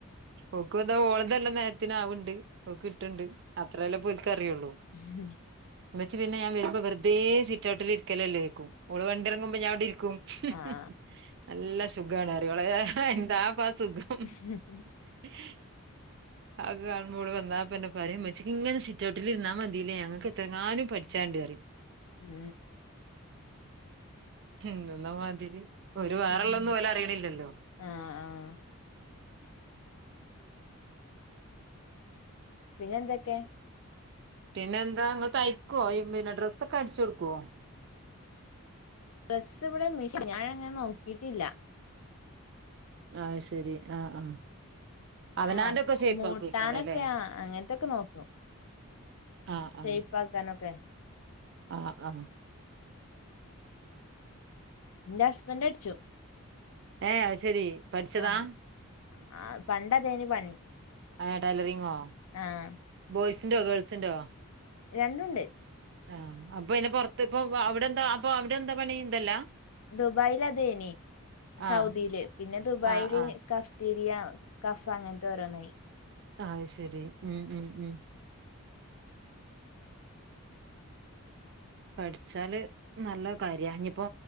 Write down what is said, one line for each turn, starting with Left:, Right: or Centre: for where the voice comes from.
Right: ഓക്ക്പെന്താ ഓളതല്ലോം നേരത്തിനാവ്ണ്ട് ഓക്ക്ട്ട്ണ്ട് അത്രെല്ലെ പോൽക്കറിയുള്ളൂ.
Left: ഹ്ം
Right: മ്മച്ചി പിന്നെ ഞാ വെര്മ്പോ വെറുതെ സീറ്റൗട്ടിലി രിക്കലല്ലേ ചോയിക്കും. ഓള് വണ്ടി ഇറങ്ങുമ്പോ ഞാൻവിടെരിക്കും. ഹ്
Left: ആഹ്
Right: ഹ് നല്ല സുഖാണ്റിം ഓളെ വിജാരം ഹ് എന്താപ്പാ സുഖം.
Left: ഹ്ഹ്
Right: <unintelligible> അഗാണ് ഓള് വന്നാപീന്നെ പറീം. മ്മച്ഛീക്ക്ങനെ സിറ്റൗട്ടില് ഇുര്ന്നാമതില്ലേ ഞങ്ങക്ക് എത്രങാനം പഠിച്ചാണ്ട്റിം.
Left: ഉം
Right: ഹം എന്നുള്ള മതിരി ഒരു വേറെള്ളൊന്നും
Left: ഉം
Right: ഒലറീണില്ലലൊ.
Left: ആഹ് ആഹ് പിന്നെന്തൊക്കെ?
Right: പിന്നെന്താ ങ്ങള് തയ്ക്കോ? <unintelligible> പിന്നെ ഡ്രസ്സൊക്കടിച്ചൊടുക്കോ?
Left: ഡ്രസ്സ് വ്ടെ മിഷ് ഞനങ്ങനെ നോക്കീട്ടില്ല.
Right: അത് ശരി ആഹ് ആഹ് അവനാന്റെ
Left: ആഹ്
Right: ഒക്കെ ഷേപ്പ്
Left: മൂട്ടാനൊക്കെ
Right: ആക്കുവയ്ക്കാരല്ലേ
Left: അങ്ങനത്തൊക്കെ നോക്കും.
Right: ആ ആഹ്
Left: ഷേയ്പ്പാക്കാനൊക്കെ
Right: ആ ആഹ്
Left: ന്റെ ഹസ്ബൻറട്ച്ചും.
Right: ഏഹ് അത് ശരി പഠിച്ചതാ
Left: ആഹ് ആ പണ്ടതേനു പണി.
Right: ആ ടൈലറിങ്ങോ?
Left: ആഹ്
Right: ബോയ്സിൻ്റൊ ഗേൾസിൻ്റോ?
Left: രണ്ടുണ്ട്.
Right: ആഹ് അപ്പൊ പിന്നെ പൊറത്ത് പ്പൊ അവിടെന്താ അപ്പൊ അവിടെ എന്താ പണി തല്ലാഹ്.
Left: ദുബായിലതേനി സൗദിയില്
Right: ആഹ്
Left: പിന്നെ ദുബായില്.
Right: ആഹ് ആഹ്
Left: കഫ്തീരിയ കഫ അങ്ങനത്തോരോന്നായി.
Right: ആഹ് ശരി ംംം പഠിച്ചാല് നല്ല കാര്യ. ഇഞിപ്പോ